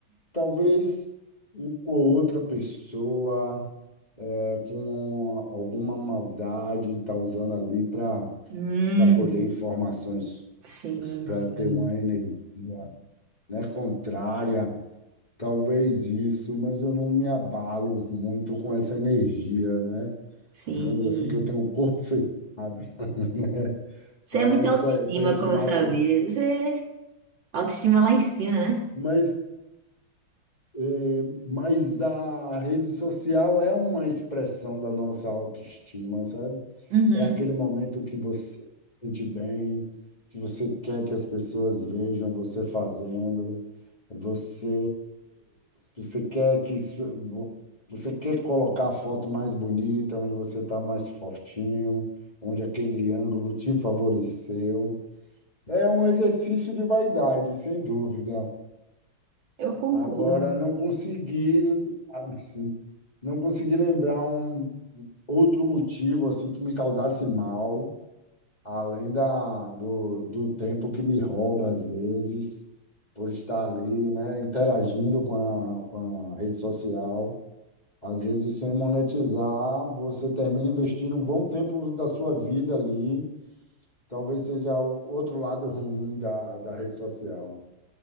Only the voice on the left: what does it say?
Talvez uma ou outra pessoa é, com uma- alguma maldade está usando ali para
para colher informações,
para
ter uma energia, né, contrária. Talvez isso, mas eu não me abalo muito com essa energia, né?
Digamos assim que eu tenho o corpo fechado, <laughs> né?
Para
essa,
para esse
mal
olhar.
Mas É, mas a rede social é uma expressão da nossa autoestima, sabe?
É aquele momento que você se sente bem, que você quer que as pessoas vejam você fazendo, você, você quer que isso- vo- você quer colocar a foto mais bonita, onde você está mais fortinho, onde aquele ângulo te favoreceu. É um exercício de vaidade, sem dúvida.
Agora, não consegui, assim, não consegui lembrar um outro motivo assim que me causasse mal, além da, do, do tempo que me rouba às vezes, por estar ali, né, interagindo com a, com a rede social. Às vezes, sem monetizar, você termina investindo um bom tempo da sua vida ali. Talvez seja o outro lado <laughs> ruim da, da rede social.